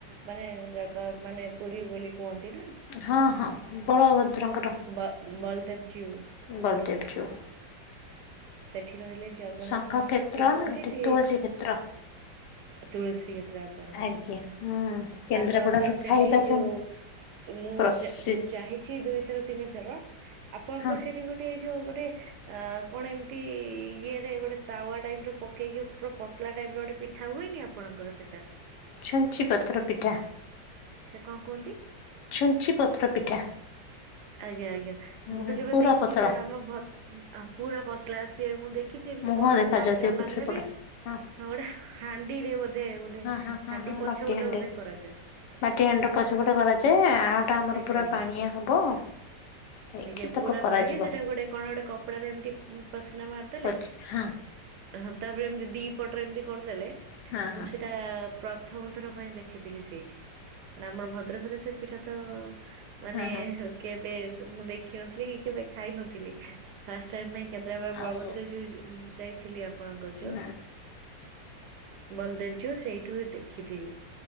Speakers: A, on the right; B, on the left.
A: ମାନେ ଜାଗା ମାନେ ପୁରୀ ବୋଲି କୁହନ୍ତି ନା।
B: ହଁ ହଁ ବଳଭଦ୍ରଙ୍କର
A: ବ ବଳଦେବ ଜୀଉ
B: ବଳଦେବ ଯିଉ।
A: ସେଠି ରହିଲେ ଜଗନ୍ନାଥ
B: ଶଙ୍ଖ
A: ମନ୍ଦିର
B: କ୍ଷେତ୍ର
A: ସେଠି କୁହନ୍ତି ଏଠି
B: ତୁଳସୀ କ୍ଷେତ୍ର
A: ତୁଳସୀ କ୍ଷେତ୍ର ଆପଣଙ୍କର
B: ଆଜ୍ଞା ହୁଁ କେନ୍ଦ୍ରାପଡ଼ାର
A: ଆପଣଙ୍କର ସେଠି
B: ଖାଇବା
A: ଯୋଉ
B: ଫେମ
A: ମୁଁ
B: ପ୍ରସି
A: ମୁଁ ଜା-ଜାହିଁଛି ଦୁଇଥର ତିନି ଥର ଆପଣଙ୍କର
B: ହଁ
A: ସେଠି ଗୋଟେ ଯୋଉ ଗୋଟେ ଆଁ କଣ ଏମତି ତି ଇଏରେ ଗୋଟେ ତାୱା ଟାଇପ ର ପକେଇକି ପୁରା ପତଳା ଟାଇପ ର ଗୋଟେ ପିଠା ହୁଏନି ଆପଣଙ୍କର ସେଇଟା
B: ଛୁଞ୍ଚି ପତ୍ର ପିଠା।
A: ସେ କଣ କୁହନ୍ତି।
B: ଛୁଞ୍ଚି ପତ୍ର ପିଠା।
A: ଆଜ୍ଞା ଆଜ୍ଞା
B: ହୁଁ
A: ମୁଁ
B: ହୁଁ
A: ତ କେବେ
B: ପୁରା
A: ଦେଖିନି
B: ପତଳା
A: ନା ଆମ ଭ ପୁରା ପତଳା ସିଏ ମୁଁ ଦେ ଦେଖିଛି ଏମତି
B: ମୁହଁ
A: କଣ ଗୋଟେ
B: ଦେଖାଯାଉଥିବ
A: ସାର୍ଟ କିନା
B: ଏପଟ
A: ମାରିନେବେ।
B: ସେପଟ ହଁ
A: ଗୋଟେ ହାଣ୍ଡି ରେ ବୋଧେ ବୋଧ
B: ହଁ ହଁ ହଁ
A: ହାଣ୍ଡି
B: ହଁ
A: ପଛ
B: ମାଟି
A: ପଟ
B: ହାଣ୍ଡି
A: ଓଦା କରାଯାଏ।
B: ମାଟି ହାଣ୍ଡିର ପଛପଟ କରାଯାଏ। ଆଉ ଟା ଆମର
A: ଆଜ୍ଞା
B: ପୁରା
A: ଆଜ୍ଞା।
B: ପାଣିଆ ହବ। ହେଇକି
A: ଆଜ୍ଞା!
B: ତାକୁ
A: ପୁରା
B: କରାଯିବ
A: ପାଣିଆ ସେଠାରେ ଗୋଟେ କଣ ଗୋଟେ କପଡାରେ ଏମିତି ପସ୍ କିନା ମାରିଦେଲେ।
B: ପଚ୍ ହଁ
A: ହଁ ତାପରେ ଏମିତି ଦିପଟରେ ଏମିତି କରିଦେଲେ।
B: ହଁ ହଁ
A: ମୁଁ ସେଇଟା ପ୍ରଥମଥର ପାଇଁ ଦେଖିଥିଲି ସେଇଠି। ଆମର ଭଦ୍ରକ ରେ ସେ ପିଠା ତ ମାନେ
B: ହଁ ହଁ
A: କେବେ ମୁଁ ଦେଖି ଶଖିନଥିଲି କି କେବେ ଖାଇ ନଥିଲି। ଫାର୍ଷ୍ଟ ଟାଇମ ପାଇଁ କେନ୍ଦ୍ରାପଡ଼ା
B: ଆଉ
A: ବଳଭଦ୍ର ଜୀଉ ଯାଇଥିଲି ଆପଣଙ୍କର ଯୋଉ
B: ହଁ
A: ବଲଦେବ ଜୀଉ ସେଇଠୁ ହଁ ଦେଖିଥିଲି।